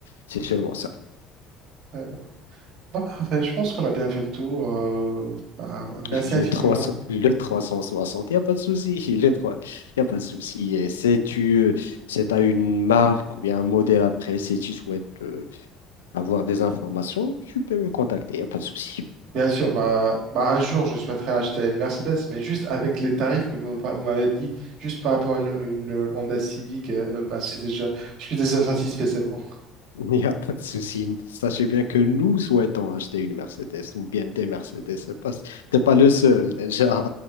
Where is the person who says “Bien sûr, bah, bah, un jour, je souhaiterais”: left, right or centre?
Right